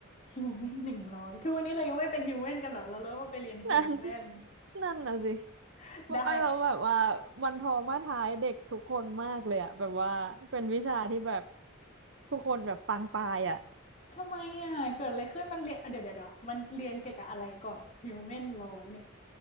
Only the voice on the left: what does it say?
ฮิวแมนหนึ่งร้อยทุกวันนี้เรายังไม่เป็นฮิวแมนกันเหรอเราเริ่มมาไปเรียนฮิวแมน
<laughs> ได้
ทำไมอ่ะเกิดอะไรขึ้นมันเรียนอ่ะเดี๋ยวเดี๋ยวเดี๋ยวมันเรียนเกี่ยวกับอะไรก่อนฮิวแมนร้อยเนี่ย